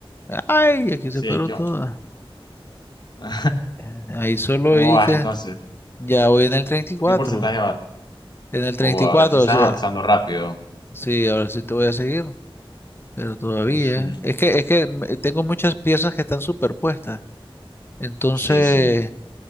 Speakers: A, on the left; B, on the left.
A: Ay, aquí
B: Sí,
A: se fueron
B: yo
A: todas.
B: <laughs>
A: Eh, Ahí solo
B: ¿Cómo
A: oí
B: vas
A: que
B: entonces?
A: ya voy en el treinta y
B: ¿Por
A: cuatro
B: qué porcentaje vas?
A: En el 34,
B: Oh, ahora sí estás
A: o sea,
B: avanzando rápido.
A: sí, ahora sí te voy a seguir, pero todavía.
B: Mm,
A: Es que, es que me- tengo muchas piezas que están superpuestas. Entonces,
B: Sí, sí.